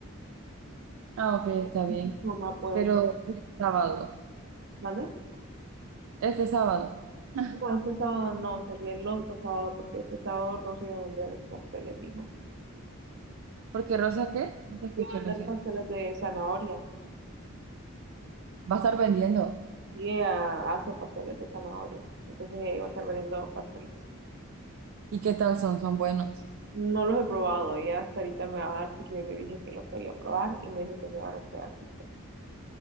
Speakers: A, on the right; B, on the right.
A: Ah, ok, está bien.
B: Ujú. Mamá puede
A: Pero
B: un
A: este sábado,
B: sábado.
A: este sábado. <laughs>
B: No, este sábado no, sería el otro sábado, porque este sábado Rosa iba a vender pasteles, dijo.
A: Porque Rosa, ¿qué? No te escuché,
B: Iba a vender
A: lo siento.
B: pasteles de zanahoria.
A: Va a estar vendiendo.
B: Y ella hace pasteles de zanahoria. Entonces ella iba a estar vendiendo pasteles.
A: ¿Y qué tal son? Son buenos.
B: No los he probado, ella hasta ahorita me va a dar porque yo le dije que los quería probar y me dijo que me iba a dar un pedacito.